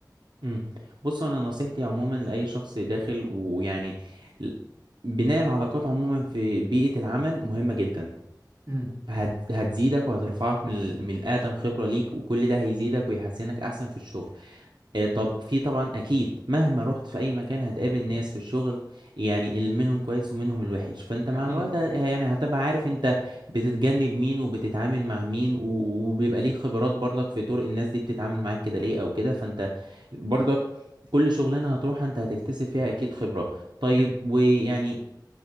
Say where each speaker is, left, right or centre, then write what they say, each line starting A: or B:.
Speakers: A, on the right; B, on the right.
A: امم بص انا نصيحتي عموما لاي شخص داخل ويعني ل- بناء العلاقات عموما في بيئة العمل مهمة جدا
B: امم
A: هت- هتزيدك وهترفعك من ال- من الادم خبرة ليك وكل ده هيزيدك ويحسنك احسن في الشغل آه، طب في طبعا اكيد مهما رحت في اي مكان هتقابل ناس في الشغل يعني ال- منهم كويس ومنهم الوحش فانت مع
B: اكيد
A: الوقت ه- يعني هتبقى عارف انت بتتجنب مين وبتتعامل مع مين و- وبيبقى ليك خبرات برضك في طرق الناس دي بتتعامل معاك كده ليه او كده فانت برضك كل شغلانة هتروح انت هتكتسب فيها اكيد خبرة طيب
B: امم
A: ويعني